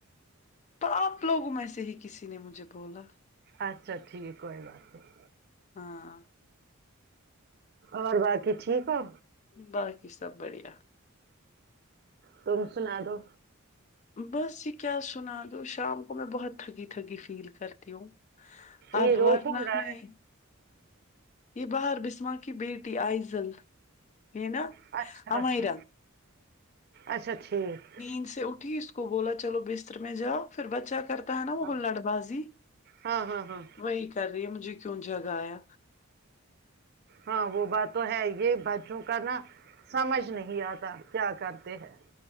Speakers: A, on the left; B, on the right.
A: تو آپ لوگوں میں سے ہی کسی نے مجھے بولا
B: اچھا ٹھیک ہے کوئی بات نہیں
A: ہاں
B: اور باقی ٹھیک ہے
A: باقی سب بڑھیا
B: تم سنا دو
A: بہس یہ کیا سنان شام کو میں بہت تھکی تھکی فیل کرتی ہوں اب
B: یہ رو
A: ورنہ
B: کون رہا
A: میں
B: ہے
A: یہ بہار بسماں کی بیٹی آئزل ہے نا
B: اچھا
A: امیرن
B: اچھا اچھا ٹھیک
A: نیند سے اٹھی اس کو کو بولا چلو بستر میں جا پھر بچہ کرتے ہے نا وہ
B: ہاں
A: ہلڑ بازی
B: ہاں ہاں ہاں
A: وہی کر رہی ہے مجھے کیوں جگہ ہے
B: ہاں وہ بات تو ہے یہ بچوں کا نا سمجھ نہیں آتا کیا کرتے ہیں